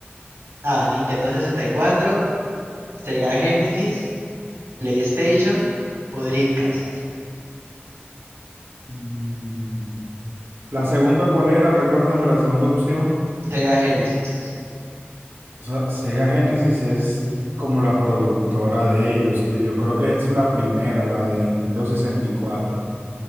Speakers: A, on the right; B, on the right.
A: A. Nintendo 64, Sega Genesis, PlayStation o Dreamcast.
B: Mm, La segunda, ¿cuál era? Recuérdame la segunda opción.
A: Sega Genesis.
B: O sea, Sega Genesis es como la productora de ellos. De, yo creo que es la primera, la de Nintendo 64.